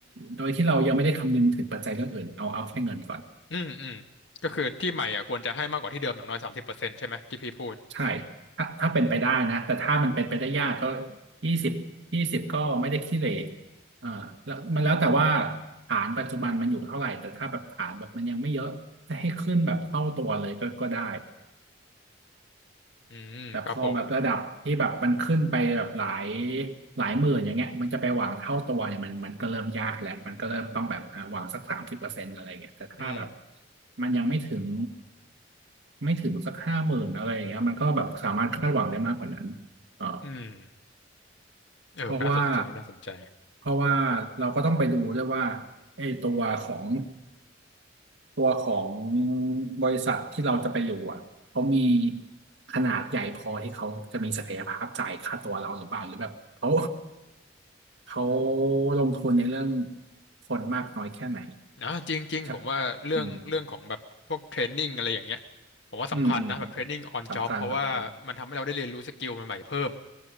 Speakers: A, on the right (about 65°); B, on the left (about 65°).
A: โดยที่เรายังไม่ได้คำนึงถึงปัจจัยเรื่องอื่นเอาเอาแค่เงินก่อน
B: อืมอืมก็คือที่ใหม่อ่ะควรจะให้มากกว่าที่เดิมอย่างน้อยสามสิบเปอร์เซ็นต์ใช่ไหมที่พี่พูด
A: ใช่ถ้าถ้าเป็นไปได้นะ แต่ถ้ามันเป็นไปได้ยากก็ยี่สิบยี่สิบก็ไม่ได้ขี้เหร่อ่าแล้วมันแล้วแต่ว่าฐานปัจจุบันมันอยู่เท่าไหร่ แต่ถ้าแบบฐานแบบมันยังไม่เยอะ จะให้ขึ้นแบบเท่าตัวเลยก็ก็ได้
B: อืมครับผม
A: แต่พอแบบระดับที่แบบมันขึ้นไปแบบหลายหลายหมื่นอย่างเงี้ยมันจะไปหวังเท่าตัวเนี่ยมันมันก็เริ่มยากแหละมันก็เริ่มต้องแบบอ่าหวังสักสามสิบเปอร์เซ็นต์อะไรเงี้ยแต่ถ้าแบบ
B: อืม
A: มันยังไม่ถึงไม่ถึงสักห้าหมื่นอะไรอย่างเงี้ยมันก็แบบสามารถคาดหวังได้มากกว่านั้นเออ
B: อืมเออน่าสนใจน่าสนใจ
A: เพราะว่าเพราะว่าเราก็ต้องไปดูด้วยว่าไอ้ตัวของ ตัวของบริษัทที่เราจะไปอยู่อ่ะ เขามีขนาดใหญ่พอที่เขาจะมีศักยภาพจ่ายค่าตัวเราหรือเปล่าหรือแบบเขาเขาลงทุนในเรื่องคนมากน้อยแค่ไหน
B: อ่ะจริงจริงผมว่าเรื่องเรื่องของแบบพวกเทรนนิ่งอะไรอย่างเงี้ยผมว่าสำคัญนะแบบเทรนนิ่งออนจ็อบเพราะว่ามันทำให้เราได้เรียนรู้สกิลใหม่ๆเพิ่ม
A: ใช่อืมอืมอืมสำคัญสำคัญ